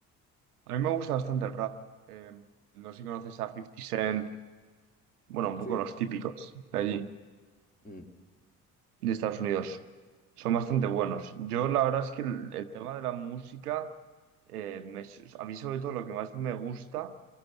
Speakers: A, on the right; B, on the left.
A: A mí me gusta bastante
B: Mm.
A: el rap. Eh, no sé si conoces a Fifty Cent, bueno, un poco
B: Sí.
A: los típicos de allí,
B: Mm.
A: de Estados Unidos. Son bastante buenos. Yo la verdad es que el, el tema de la música, eh, me- a mí sobre todo lo que más me gusta